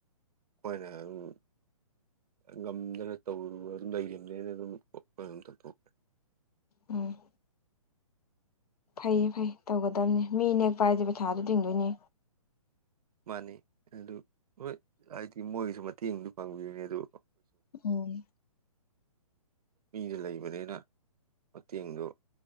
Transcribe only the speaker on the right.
ꯑꯩꯈꯣꯏꯅ ꯑꯗꯨꯝ ꯉꯝꯗꯅ ꯇꯧꯔ ꯂ‌ꯩꯈꯤꯝꯅꯤꯅꯥ ꯑꯗꯨꯝ ꯑꯩꯈ‌ꯣꯏꯅꯥ ꯑꯗꯨꯝ ꯇ‌ꯣꯊ‌ꯣꯛꯈ꯭ꯔ‌ꯦ
ꯃꯥꯅꯤ ꯑꯗꯨ ꯍꯣꯏ ꯍꯥꯏꯗꯤ ꯃꯣꯏꯒꯤꯁꯨ ꯃꯇꯦꯡꯗ ꯄꯥꯡꯕꯤꯕꯅꯦ ꯑꯗꯨ
ꯃꯤꯅ ꯂꯩꯕꯅꯤꯅ ꯃꯇꯦꯡꯗꯨ